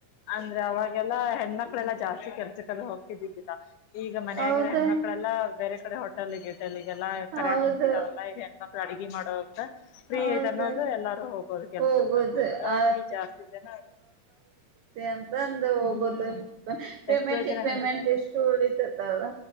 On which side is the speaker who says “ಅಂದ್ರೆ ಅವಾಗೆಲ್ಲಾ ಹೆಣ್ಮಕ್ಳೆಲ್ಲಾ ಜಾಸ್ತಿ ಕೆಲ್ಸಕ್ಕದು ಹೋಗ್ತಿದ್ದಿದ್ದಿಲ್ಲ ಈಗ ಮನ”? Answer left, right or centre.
Left